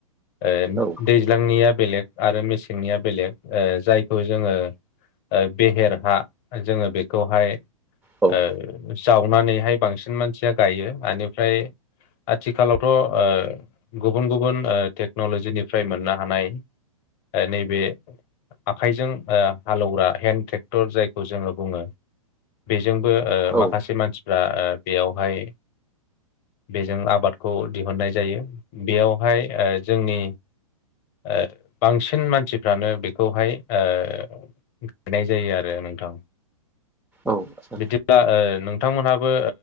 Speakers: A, on the left (about 35°); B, in the centre.
A: ओ
B: औ
A: दैज्लांनिया बेले आरो मेसेंनिया बेले ओ जायखौ जोङो बेहेर हा जों बे खौहाय
B: औ
A: ओ जावनानैहाय बांसिन मानसिया गायो बेनिफ्राय आथिखालावथ' गुबुन गुबुन टेक्न'लजिनिफ्राय मोननो हानाय नैबे आखाइजों हालौवग्रा हेन्दड ट्रेक्टर जायखौ जोङो बुङो। बे जोंबो ओ
B: औ
A: माखासे मानसिफ्रा ओ बेयावहाय बेजों आबादखौ दिहुननाय जायो बेयावहाय ओ जोंनि ओ बांसिन मानसिफ्रानो बेखौहाय ओ गायनाय जायो आरो नोंथां।
B: औ
A: बिदिब्ला ओ नोंथांमोनहा बो